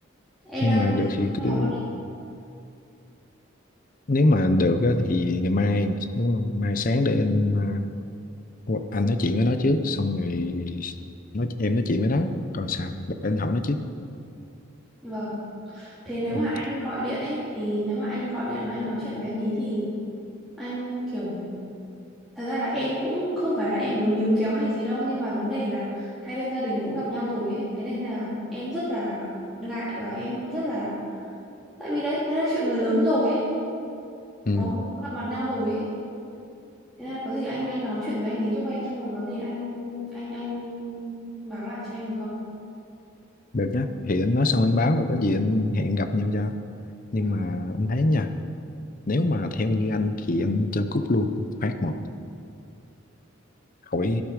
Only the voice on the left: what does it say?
nhưng
mà
được
thì
cứ
nếu mà được á, thì ngày mai đúng không mai sáng để anh à, anh nói chuyện với nó trước xong rồi nói em nói chuyện với nó còn sao để anh hỏi nó trước
Ok.
ừ,
được nhá thì anh nói xong anh báo rồi có gì anh hẹn gặp nhau cho nhưng
mà anh thấy nha nếu mà theo như anh thì anh cho cúp luôn phát một khỏi